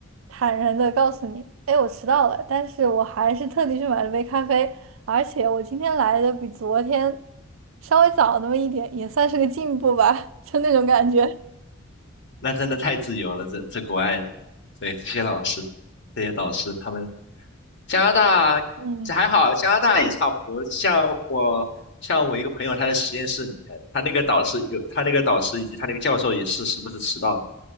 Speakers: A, on the right; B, on the left.
A: 坦然的告诉你：“哎，我迟到了，但是我还是特地去买了杯咖啡，而且我今天来的比昨天稍微早那么一点，也算是个进步吧。”就那种感觉。
B: 那真的太自由了，这这国外的，对这些老师，这些导师他们。加拿大这还好，
A: 嗯
B: 加拿大也差不多。像我，像我一个朋友，他在实验室里面，他那个导师有，他那个导师以及他那个教授也是时不时迟到